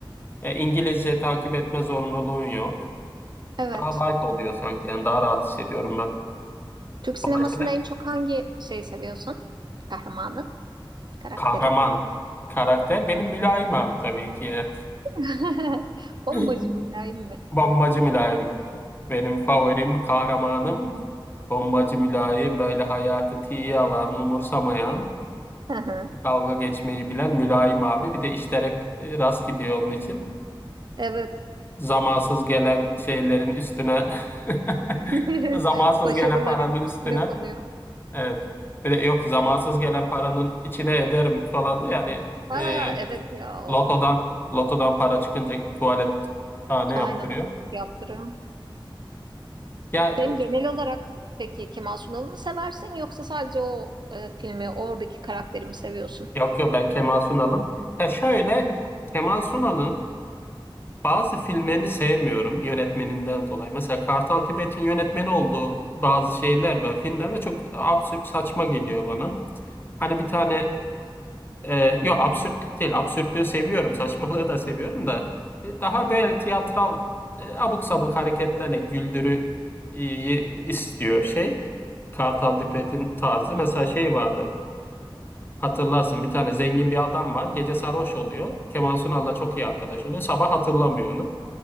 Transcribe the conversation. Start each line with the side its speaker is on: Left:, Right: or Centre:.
Left: E, İngilizce takip etme zorunluluğun yok.
Right: Evet.
Left: Daha light oluyor sanki. Yani daha rahat hissediyorum ben.
Right: Türk sinemasında
Left: Dolayısıyla
Right: en çok hangi şeyi seviyorsun? Kahramanı? karakteri.
Left: kahraman karakter benim mülayim abi tabii ki. ya.
Right: <laughs> Bombacı
Left: <laughs>
Right: mülayim mi?
Left: Bombacı mülayim. Benim favorim, kahramanım. Bombacı mülayim, böyle hayatı tiye alan, umursamayan.
Right: Hı hı.
Left: dalga geçmeyi bilen mülayim abi. Bir de işler hep e, rast gidiyor onun için.
Right: Evet.
Left: Zamansız gelen şeylerin üstüne <laughs>
Right: <laughs>
Left: zamansız
Right: Başarıların
Left: gelen paranın üstüne
Right: üstüne konuyor.
Left: evet. Bir de yok zamansız gelen paranın içine ederim falan diye yani
Right: Ha
Left: e,
Right: evet ya o.
Left: lotodan lotodan para çıkınca tuvalet tane yaptırıyor.
Right: Aynen yaptırıyor.
Left: Ya
Right: Sen genel olarak peki Kemal Sunal'ı mı seversin yoksa sadece o e, filmi oradaki karakteri mi seviyorsun?
Left: e, yok yok ben Kemal Sunal'ım. Ya şöyle Kemal Sunal'ın Bazı filmlerini sevmiyorum yönetmeninden dolayı. Mesela Kartal Tibet'in yönetmeni olduğu bazı şeyler ve filmler ve çok absürt saçma geliyor bana. Hani bir tane e, yok absürt değil. Absürtlüğü seviyorum. Saçmalığı da seviyorum da e, daha böyle tiyatral e, abuk sabuk hareketlerle güldürü e, istiyor şey. Kartal Tibet'in tarzı. Mesela şey vardı. Hatırlarsın bir tane zengin bir adam var. Gece sarhoş oluyor. Kemal Sunal'la çok iyi arkadaş oluyor. Sabah hatırlamıyor onu.